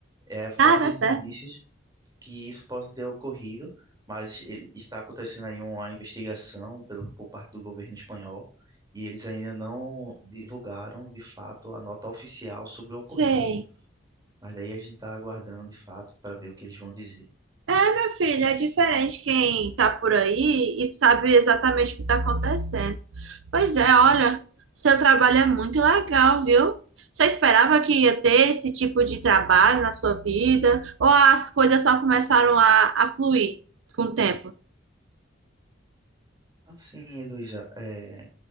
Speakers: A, on the right; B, on the right.
A: É fortes
B: tá, tá certo.
A: indícios que isso possa ter ocorrido, mas e- está acontecendo aí uma investigação pelo, por parte do governo espanhol e eles ainda não divulgaram de fato a nota oficial sobre o ocorrido.
B: Sei.
A: Mas daí a gente está aguardando de fato para ver o que eles vão dizer.
B: É, meu filho, é diferente quem tá por aí e sabe exatamente o que tá acontecendo. Pois é, olha, seu trabalho é muito legal, viu? Você esperava que ia ter esse tipo de trabalho na sua vida? Ou as coisas só começaram a, a fluir com o tempo?
A: Assim, Heloísa, é,